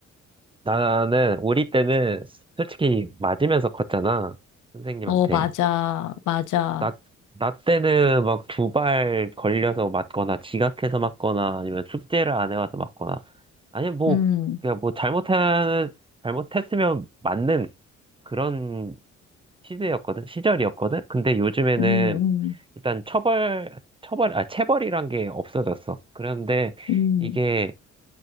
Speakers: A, on the right (about 15°); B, on the left (about 80°).
A: 나는 우리 때는 솔직히 맞으면서 컸잖아. 선생님한테.
B: 어, 맞아, 맞아.
A: 나, 나 때는 막 두 발 걸려서 맞거나 지각해서 맞거나 아니면 숙제를 안 해와서 맞거나 아니면 뭐
B: 음,
A: 그냥 뭐 잘못한 잘못했으면 맞는 그런 시대였거든. 시절이었거든. 근데 요즘에는
B: 음, 음.
A: 일단 처벌 처벌 아 체벌이란 게 없어졌어. 그런데
B: 음.
A: 이게